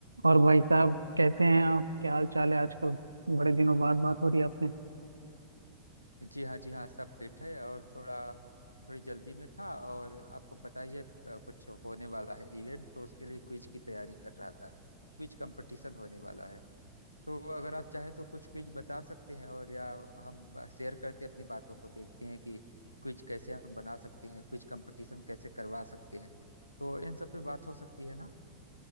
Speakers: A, on the right; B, on the left.
A: और भाई साहब कैसे हैं आप क्या हाल चाल है आजकल बड़े दिनों बाद बात हो रही है आपसे
B: जी हाँ जी हाँ सब फिट है और थोड़ा थोड़ी जल्दी में था और आपको पता ही है अ, कुछ होने वाला है इवेंट तो उसके लिए क्विज की तैयारी कर रहा था क्विज कंपटीशन होने वाला है तो अगर आप चाहें तो कुछ क्विज बता सकते हैं और या हम शेयर करते हैं अपनी बातों को देखते हैं कि क्विज कैसे हम बना सकते हैं क्विज कंपटीशन कैसे करवा सकते हैं तो इन सब पे बात हो सकती है ना